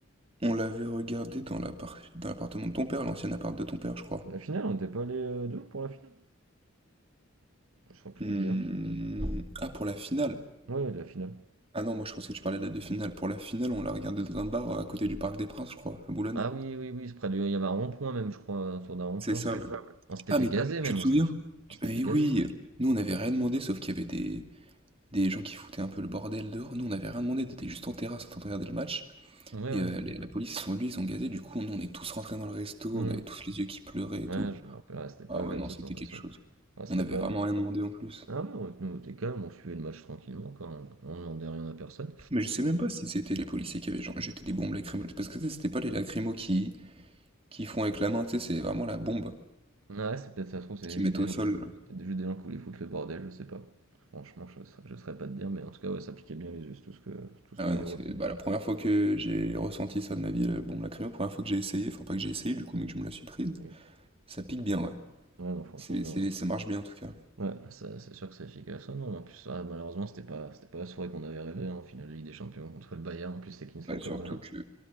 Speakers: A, on the right; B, on the right.
A: On l'avait regardé dans l'appart- dans l'appartement de ton père, l'ancien appart de ton père, je crois.
B: La finale, on n'était pas allé euh, deux pour la finale? Je saurais plus
A: Hmm,
B: te dire.
A: Ah, pour la finale.
B: Ouais, ouais, la finale.
A: Ah non, moi je pensais que tu parlais de la de finale. Pour la finale, on l'a regardé dans un bar euh, à côté du Parc des Princes, je crois, à Boulogne.
B: Ah oui, oui, oui, c'est près du... il y avait un rond-point même, je crois, autour d'un rond-point.
A: C'est ça,
B: C'est
A: ouais.
B: c'est- ça, ouais. On s'était
A: Ah,
B: fait
A: mais
B: Ah mais gazer même,
A: tu te souviens?
B: on tu te s'était fait... souviens?
A: Tu-
B: on s'était
A: Eh
B: fait gazer.
A: oui, nous on n'avait rien demandé, sauf qu'il y avait des... des gens qui foutaient un peu le bordel dehors. Nous on n'avait rien demandé, on était juste en terrasse en train de regarder le match.
B: Ouais,
A: Et
B: ouais,
A: euh,
B: je me
A: les-
B: rappelle.
A: la police, ils sont venus, ils ont gazé. Du coup, nous on est tous rentrés dans le resto,
B: Hmm.
A: on avait tous les yeux qui pleuraient et
B: Ouais,
A: tout.
B: je me rappelle, ouais, c'était pas
A: Ah
B: agréable
A: ouais, non,
B: cette
A: c'était
B: sensation.
A: quelque chose.
B: Ouais, c'était
A: On n'avait
B: pas.
A: vraiment rien demandé en plus.
B: Ah ouais, on- nous, on était calme, on suivait le match tranquillement, quoi. On, on demandait rien à personne.
A: Mais je sais même pas si c'était les policiers qui avaient genre jeté des bombes lacrymogènes. Parce que tu sais, c'était pas les lacrymos qui, qui font avec la main, tu sais, c'est vraiment la bombe
B: Ouais, c'est peut-être ça se trouve, c'est
A: qu'ils mettent
B: juste des
A: au
B: gens
A: sol.
B: qui... C'était juste des gens qui voulaient foutre le bordel, je sais pas. Franchement, je, sa- je saurais pas te dire, mais en tout cas, ouais, ça piquait bien les yeux, c'est tout ce que, tout ce
A: Ah
B: que
A: ouais, non,
B: j'ai retenu.
A: c'est bah, la première fois que j'ai ressenti ça de ma vie, la bombe lacrymo, la première fois que j'ai essayé, enfin pas que j'ai essayé du coup, mais que je me la suis prise.
B: Oui.
A: Ça pique bien, ouais.
B: Ouais, non, franchement,
A: C'est,
B: j'ai
A: c'est-
B: retenu.
A: ça marche bien en tout cas.
B: Ouais, ça, c'est sûr que c'est efficace. Ah non, en plus, ah, malheureusement, c'était pas, c'était pas la soirée qu'on avait rêvé, hein, en finale de Ligue des Champions contre le Bayern. En plus, c'est Kingsley
A: Ouais, surtout
B: Coman, hein,
A: que